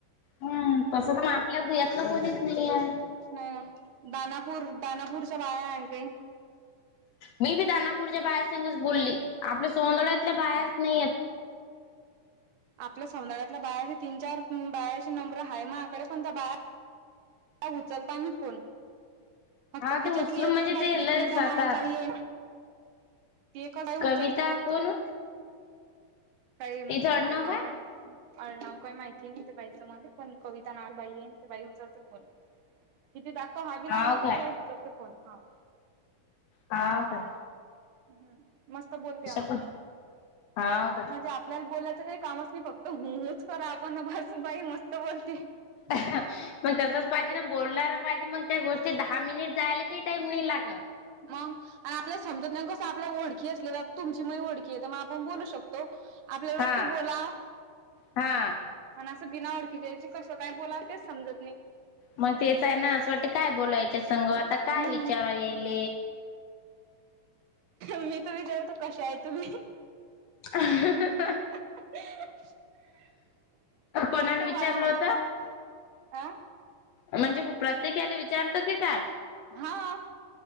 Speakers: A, on the left (about 80°); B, on the right (about 70°).
A: हम तसं तर मग आपल्या भुयातलं कोणीच नाही आहे
B: नाही ना दानापूर दानापूरच्या बाया आहे काही
A: मी बी दानापूरच्या बायासघच बोलली आपल्या सोनदळ्यातल्या
B: हम्म
A: बायाच नाही आहेत
B: आपल्या सौदााळ्यातल्या बाळाचे तीन चार बाळाचे नंबर आहे म आकडे पण त्या बा उचलताना फोन फक्त
A: हा
B: तिच्यातली
A: ते उचलून
B: एकच
A: म्हणजे
B: बाई
A: ते
B: त
A: लयच
B: कविता
A: जातात.
B: नावाचा आहेे ती ए का काय
A: कविता
B: उचालते फक्त
A: कोण
B: काही अळणाव
A: तिचं आडनाव काय?
B: पण अर्णाव काही माहिती आहे नाही ते बाई समजले पण कविता ना बाई आहे ते बाई उचलते पण किती दाखव हवी
A: हाव
B: लावलं
A: काय
B: त तेस विचवतेो फोन हा
A: हा काय
B: हम् मस्त बोलते
A: असं
B: ना
A: पण हाव काय
B: म्हणजे आपल्याला बोलायचं काही कामच नाही फक्त होच करा आपणजून बाई मस्त बोलते
A: अ मग तसच पाहिजे ना बोलणार पाहिजे मग त्या गोष्टीत दहा मिनिट जायला काही टाइम नाही लागत
B: मग आणि आपल्याला समजत नाही कसं आपल्यालाओखी असलेला तुमची महीओखी आहे तर मग आपण बोलू शकतो आपल्याला
A: हा
B: वाटत बोला
A: हा
B: आणि असं बिना ओळखीच्या यायचे कसं काय बोला तेच समजत नाही
A: मग तेच आहे ना असं वाट काय बोलायचे संग आता काय
B: हम्म
A: विचारा येईल
B: मी तू विचारतो कशा आहे तुम्ही
A: अ
B: <unintelligible>
A: कोणाला
B: ते
A: विचारलं
B: वाळा हसताात
A: होत
B: अं
A: म्हणजे प्रत्येकाला विचारतं की काय
B: हा